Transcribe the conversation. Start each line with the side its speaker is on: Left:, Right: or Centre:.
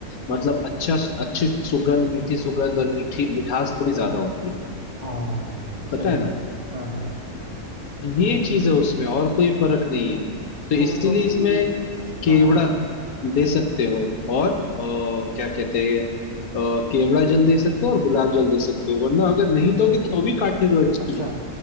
Left: मतलब अच्छा अच्छी सुगंध मीठी सुगंध और मीठी मिठास थोड़ी ज्यादा होती है
Right: हाँ सही
Left: पता है ना
Right: बात हाँ हाँ
Left: ये
Right: तो
Left: चीज है उसमें और कोई फर्क नहीं है तो इसीलिए
Right: तो मतलब
Left: इसमें
Right: कि
Left: केवड़ा
Right: हाँ हाँ
Left: दे सकते हो और अ, क्या कहते हैं अ, केवड़ा जल दे सकते हो और गुलाब जल दे सकते हो वरना अगर नहीं दोगे तो भी काठे रोज
Right: अच्छा